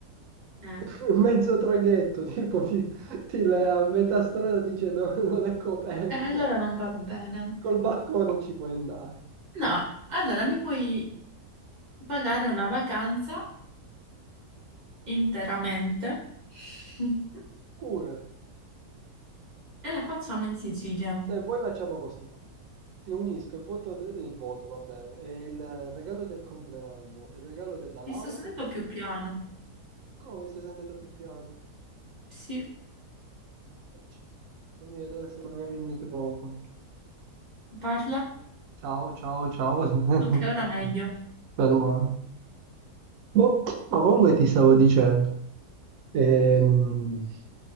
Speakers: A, on the right; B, on the right.
A: Eh.
B: <laughs> Mezzo traghetto, tipo ti, ti le- a metà strada ti dice no, non è coperto.
A: E allora non va bene.
B: Col balcone ci puoi andare.
A: No, allora mi puoi pagare una vacanza interamente <laughs>
B: Pure.
A: e la facciamo in Sicilia.
B: Se vuoi facciamo così, ti unisco il voto, de- il voto, va bene, e il regalo del compleanno e il regalo della laurea.
A: Ti sto sentendo più piano.
B: Come mi stai sentendo più piano?
A: Sì,
B: Mannaggia. Fammi vedere se magari il microfono.
A: parla?
B: Ciao, ciao, ciao. <laughs>
A: Ok, ora meglio.
B: Meno male. Boh, ma comunque ti stavo dicendo, ehm,